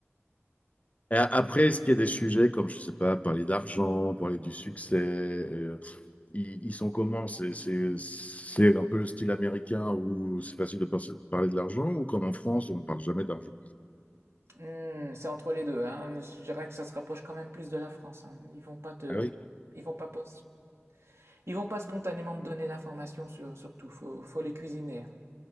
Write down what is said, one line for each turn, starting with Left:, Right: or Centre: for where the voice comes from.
Left: après, est-ce qu'il y a des sujets comme, je sais pas, parler d'argent, parler du succès, euh, ils, ils sont comment? C'est c'est- c'est un peu le style américain où c'est facile de par- parler de l'argent ou comme en France, on ne parle jamais d'argent?
Right: Hmm, c'est entre les deux, hein. Je dirais que ça se rapproche quand même plus de la France, hein. Ils vont pas te,
Left: Ah oui?
Right: ils vont pas penser, ils vont pas spontanément te donner l'information sur, sur tout. Faut, faut les cuisiner, hein.